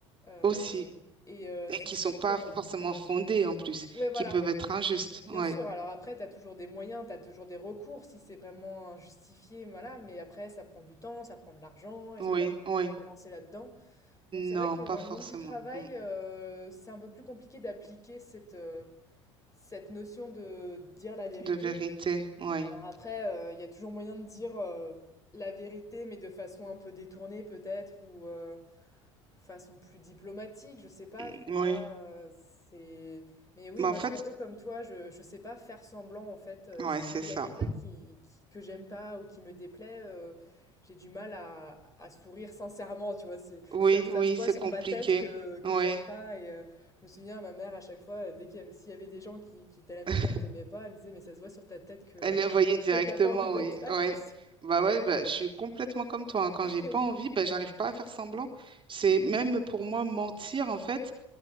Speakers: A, on the left (about 20°); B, on the right (about 30°).
A: heu
B: aussi.
A: et heu,
B: Et
A: c'est
B: qui
A: sûr
B: sont pas
A: que
B: forcément fondées en plus,
A: ouais, voilà.
B: qui peuvent être injustes.
A: Bien
B: Ouais,
A: sûr, alors après, tu as toujours des moyens, tu as toujours des recours si c'est vraiment injustifié, voilà, mais après, ça prend du temps, ça prend de l'argent, est-ce
B: oui,
A: que tu as vraiment
B: oui.
A: envie de te lancer là-dedans? Donc c'est
B: Non,
A: vrai que
B: pas
A: dans
B: forcément.
A: le monde du travail,
B: Hmm.
A: euh, c'est un peu plus compliqué d'appliquer cette, euh, cette notion de dire la vérité.
B: de vérité, oui.
A: Alors après, euh, il y a toujours moyen de dire euh, la vérité, mais de façon un peu détournée peut-être, ou, euh, façon plus diplomatique, je sais pas,
B: Mm,
A: tu vois,
B: Oui.
A: euh, c'est... Mais oui,
B: Mais
A: moi
B: en fait,
A: je suis un peu comme toi, je, je sais pas faire semblant en fait, euh,
B: ouais,
A: s'il
B: c'est ça.
A: y a quelqu'un qui, qui- que j'aime pas ou qui me déplaît, euh, j'ai du mal à, à sourire sincèrement, tu vois, c'est,
B: Oui,
A: ça, ça
B: oui,
A: se voit
B: c'est
A: sur
B: compliqué.
A: ma tête que, que
B: Oui.
A: j'aime pas et euh, je me souviens, ma mère à chaque fois, euh, dès qu'il y avait, s'il y avait des gens qui, qui étaient à la maison
B: <laughs>
A: et que j'aimais pas, elle me disait, mais ça se voit sur ta tête que,
B: Elle le voyait directement,
A: que t'as pas envie d'être
B: oui.
A: là,
B: Ouais.
A: quoi.
B: Bah ouais, bah, je suis complètement comme toi. hein. Quand
A: <laughs>
B: j'ai pas envie, bah, j'arrive pas à faire semblant. C'est même pour moi mentir, en fait,